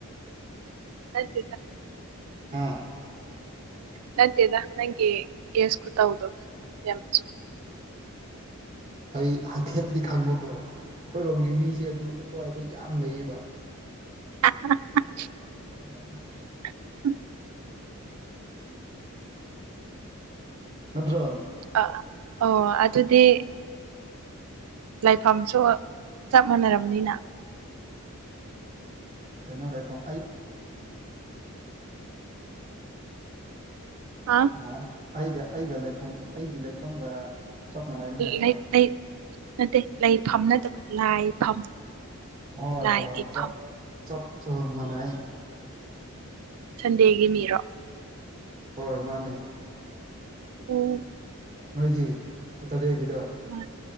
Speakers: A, on the right; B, on the right.
A: ꯅꯠꯇꯦꯗꯥ
B: ꯍꯥꯥ
A: ꯅꯠꯇꯦꯗ ꯅꯪꯒꯤ ꯀꯦꯁ ꯈꯨꯇꯧꯗꯣ ꯌꯥꯝꯆꯨ
B: ꯑꯩ ꯍꯥꯏꯐꯦꯠꯗꯤ ꯈꯪꯕꯀꯣ ꯑꯩꯈꯣꯏꯔꯣꯝꯒꯤ ꯃꯤꯁꯦ ꯑꯗꯨ ꯑꯗꯨꯋꯥꯏꯗ ꯌꯥꯝ ꯂꯩꯌꯦꯕ
A: <unintelligible>
B: <unintelligible>
A: <inaudible>
B: <inaudible> ꯅꯠꯇ꯭ꯔꯣ
A: ꯑ ꯑꯣ ꯑꯗꯨꯗꯤ ꯂꯥꯏꯐꯝꯁꯨ ꯆꯞ ꯃꯥꯟꯅꯔꯝꯅꯤꯅ
B: ꯀꯩꯅꯣ ꯂꯩꯐꯝ ꯑꯩ
A: ꯍ
B: ꯑ ꯑꯩꯒ ꯑꯩꯒ ꯂꯩꯐꯝ ꯑꯩꯒꯤ ꯂꯩꯐꯝꯒ ꯆꯞ ꯃꯥꯟꯅꯒꯅꯤ ꯍꯥꯏꯕ꯭ꯔꯥ
A: ꯂꯩ ꯂꯩ ꯅꯠꯇꯦ ꯂꯩꯐꯝ ꯅꯠꯇꯕ ꯂꯥꯏꯐꯝ
B: ꯍꯣꯏ
A: ꯂꯥꯏꯒꯤ
B: ꯍꯣꯏ ꯍꯣꯏ ꯆꯞ
A: ꯐꯝ
B: ꯆꯞ ꯆꯞ ꯃꯥꯅꯩꯌꯦ
A: ꯁꯟꯗꯦꯒꯤ ꯃꯤꯔꯣ
B: ꯍꯣꯏ ꯃꯥꯅꯦ
A: ꯑꯣ
B: ꯅꯣꯏꯗꯤ ꯁꯇꯔꯗꯦꯒꯤꯔ
A: ꯃꯥꯅꯦ